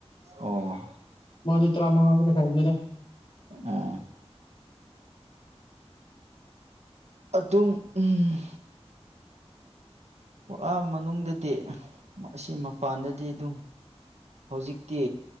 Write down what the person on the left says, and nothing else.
ꯃꯥꯗꯤ ꯇꯔꯥꯃꯉꯥ ꯈꯇ ꯐꯪꯡꯕꯅꯤꯗ